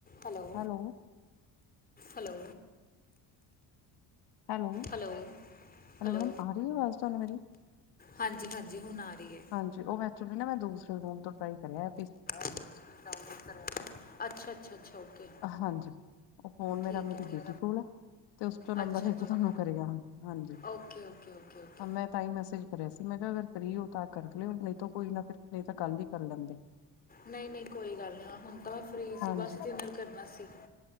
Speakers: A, on the left; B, on the left.
A: Hello
B: hello
A: hello
B: hello
A: hello
B: hello
A: hello
B: ma'am ਆ ਰਹੀ ਆਵਾਜ਼ ਤੁਹਾਨੂੰ ਮੇਰੀ
A: ਹਾਂਜੀ ਹਾਂਜੀ ਹੁਣ ਆ ਰਹੀ ਹੈ
B: ਹਾਂਜੀ ਉਹ ਮੈਂ ਦੂਸਰੇ ਰੂਮ ਟਰਾਈ ਕਰ ਆਇਆ
A: <unintelligible> ਕਰ ਆਇਆ ਅੱਛਾ ਅੱਛਾ ਅੱਛਾ ਓਕੇ
B: ਹਾਂਜੀ ਫੋਨ ਮੇਰਾ
A: ਠੀਕ
B: ਮੇਰੀ
A: ਹੈ ਠੀਕ
B: ਬੇਟੀ ਕੋਲ ਹੈ ਤੇ ਉਸ ਤੋਂ ਨੰਬਰ
A: ਅੱਛਾ
B: ਲੈ
A: ਅੱਛਾ
B: ਕੇ ਤੁਹਾਨੂੰ ਕਰਿਆ ਹਾਂਜੀ
A: ਓਕੇ ਓਕੇ ਓਕੇ ਓਕੇ
B: ਮੈਂ ਤਾਂ ਹੀ ਮੈਸੇਜ ਕਰਿਆ ਸੀ ਮੈਂ ਕਿਹਾ ਫਰੀ ਹੋ ਤਾਂ ਕਰ ਲਿਓ ਨਹੀਂ ਤਾਂ ਕੋਈ ਨਾ ਫਿਰ ਨਹੀਂ ਤਾਂ ਕੱਲ ਹੀ ਕਰ ਲੈਂਦੇ
A: ਨਹੀਂ ਨਹੀਂ ਕੋਈ ਗੱਲ ਨੀ ਹੁਣ ਤਾਂ ਮੈਂ ਫਰੀ
B: ਹਾਂਜੀ
A: ਸੀ ਬਸ ਜਿੰਨ ਕਰਨਾ ਸੀ